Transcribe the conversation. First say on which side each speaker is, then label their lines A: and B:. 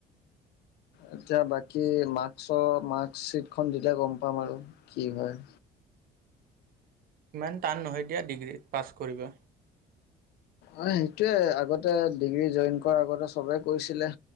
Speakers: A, on the left; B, on the right.
A: এতিয়া বাকী মাৰ্কছৰ মাৰ্কশ্বিটখন দিলে গম পাম আৰু, কি হয়।
B: ইমান টান নহয় দিয়া ডিগ্ৰী, পাছ কৰিব।
A: হয় সেইটোৱে আগতে ডিগ্ৰী জইন কৰাৰ আগতে চবেই কৈছিলে।